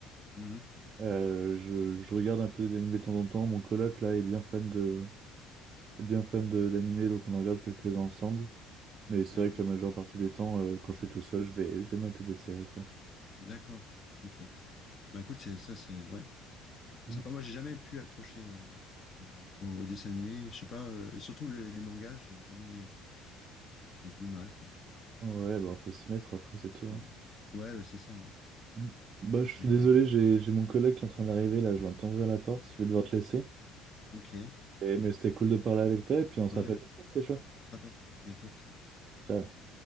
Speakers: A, on the left; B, on the right.
A: Mhm.
B: Euh, je, je regarde un peu des animés de temps en temps. Mon coloc, là, est bien fan de, est bien fan de- d'animés, donc on en regarde quelques-uns ensemble. Mais c'est
A: D'accord.
B: vrai que la majeure partie du temps, euh, quand je suis tout seul, je vais, je vais mater des séries, quoi.
A: D'accord. Ok. Bah écoute, c'est ça, c'est ouais, c'est
B: Mm.
A: sympa. Moi, j'ai jamais pu accrocher euh, euh, au, au dessin animé. Je sais pas, euh, surtout les, les mangas, j'ai jamais, j'ai j'ai du mal quoi. Donc,
B: Ouais,
A: euh,
B: bah faut s'y mettre après, c'est tout. ouais.
A: ouais, ouais, bah, c'est ça, ouais.
B: Mm. Bah je suis
A: Et-
B: désolé, j'ai, j'ai mon collègue qui est en train d'arriver là, je l'entends ouvrir la porte, je vais devoir te laisser.
A: ok,
B: Et, mais c'était cool de parler avec toi et puis on se
A: ouais.
B: rappelle. C'était chaud.
A: On se rappelle. À bientôt. Ciao.
B: Ciao.